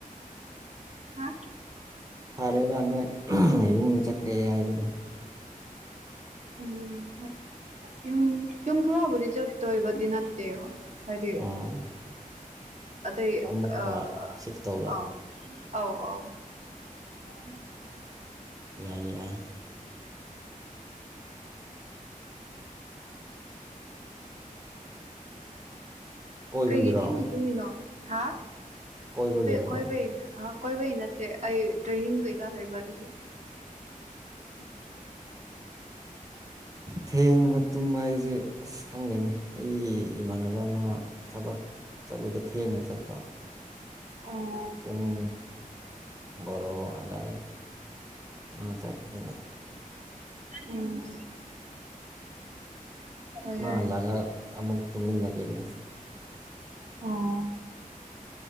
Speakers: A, on the right; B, on the right.
A: ꯍꯥ
B: ꯐꯔꯦꯕ ꯅꯣꯏ ꯌꯨꯝ ꯆꯠꯀꯦ ꯍꯥꯏꯕꯗꯣ
A: ꯎꯝ ꯌꯨꯝ ꯌꯨꯝ ꯄꯨꯔ ꯍꯕꯗꯤ ꯆ ꯇꯣꯏꯕ ꯇ ꯅꯇꯩ ꯍꯥꯏꯗꯤ
B: ꯑꯣ
A: ꯑꯗꯩ
B: ꯑꯃꯨꯛꯀ
A: ꯑ
B: ꯁꯤꯐ ꯇꯧꯕ
A: ꯑꯥꯎ ꯑꯥꯎ ꯑꯥꯎ ꯎꯝ
B: ꯏꯏꯥꯏ ꯀꯣꯏꯕꯒꯤꯔꯣ
A: ꯀꯩꯀꯩ ꯊꯦꯡꯅꯗꯣꯃꯤꯅꯣ ꯍꯥ
B: ꯀꯣꯏꯕꯒꯤꯔꯕ
A: ꯀꯣꯏꯕꯩ ꯀꯣꯏꯕꯩ ꯅꯠꯇꯦ ꯑꯩ ꯇ꯭ꯔꯦꯅꯤꯡ ꯀꯩꯀꯥ ꯂꯩꯕ ꯑꯗꯨꯒꯤ ꯎꯝ ꯊ
B: ꯊꯦꯡꯕ ꯇꯨꯝꯕ ꯑꯩꯁꯦ ꯑꯁ ꯈꯪꯒꯅꯤ ꯑꯩ ꯏꯃꯥꯟꯅꯕ ꯊꯕ ꯑꯃ ꯊꯕꯛ ꯆꯠꯄꯗ ꯊꯦꯡꯅ ꯆꯠꯄ
A: ꯑ
B: ꯄꯨꯡ ꯣꯔꯣ ꯑꯗ ꯃꯥ ꯆꯠꯅ
A: ꯎꯝ ꯍꯣꯏ
B: ꯃꯥꯥꯡꯍꯜꯂꯒ
A: ꯌꯥꯏ
B: ꯑꯃꯨꯛ ꯇꯨꯝꯃꯤꯟꯅꯗꯣꯏꯅꯤ
A: ꯑꯣ